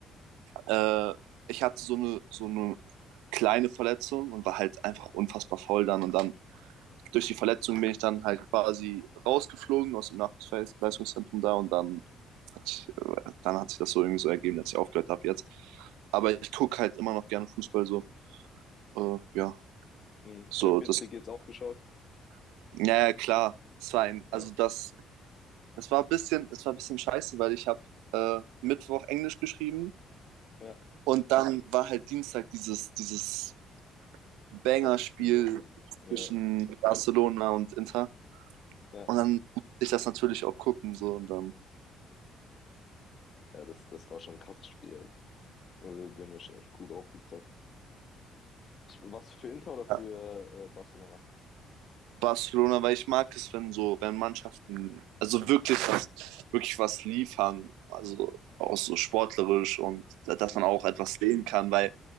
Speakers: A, on the right; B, on the left.
A: Äh, ich hatte so eine, so eine kleine Verletzung und war halt einfach unfassbar faul dann. Und dann durch die Verletzung
B: Als,
A: bin ich dann halt quasi rausgeflogen aus dem Nachwuchsleistungszentrum da und dann hat, ich, äh, dann hat sich das so irgendwie so ergeben, dass ich aufgehört habe jetzt. Aber ich gucke halt immer noch gerne Fußball so. Äh, ja,
B: mhm.
A: so
B: Champions
A: das.
B: League jetzt auch geschaut?
A: Naja, klar. Es war ein,
B: Ja,
A: also das, es war ein bisschen, es war ein bisschen scheiße, weil ich habe äh, Mittwoch Englisch geschrieben
B: ja.
A: Und dann war halt Dienstag dieses, dieses Banger-Spiel
B: Krasses Spiel, Alter. Ja,
A: zwischen Barcelona und Inter.
B: ja.
A: Und dann musste ich das natürlich auch gucken. So. Und dann
B: Ja, das, das war schon ein krasses Spiel, Alter. Äh, Die haben das schon echt gut aufgezockt. Ich- Warst du für Inter oder für
A: ja.
B: äh, Barcelona?
A: Barcelona, weil ich mag es, wenn so, wenn Mannschaften, also wirklich was, wirklich was liefern. Also auch so sportlerisch und dass
B: Mhm.
A: man auch etwas sehen kann, weil